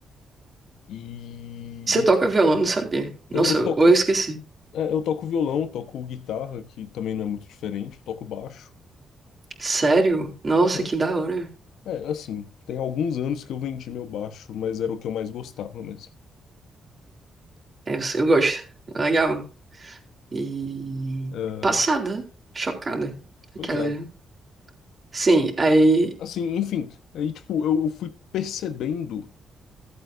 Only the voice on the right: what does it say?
Você
toca violão, não sabia. Nossa,
ou eu esqueci.
Sério? Nossa,
que da hora.
É, eu, eu gosto. É Legal. E
passada, chocada. Aquela.
né? Sim, aí.